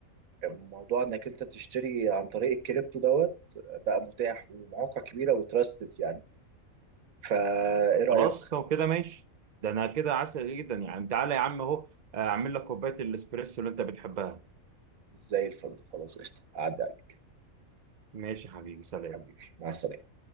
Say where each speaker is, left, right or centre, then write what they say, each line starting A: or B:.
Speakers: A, on the right; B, on the right.
A: موضوع انك انت تشتري عن طريق الكريبتو دوت بقى متاح ومواقع كبيرة وتراستد يعني فايه رأيك
B: خلاص لو كده ماشي ده انا كده عسل جدا يعني تعالى يا عم اهو آه، اعمل لك كوباية الاسبريسو اللي انت بتحبها
A: زي الفل خلاص قشطة هعدي عليك
B: ماشي يا حبيبي سلام
A: حبيبي مع السلامة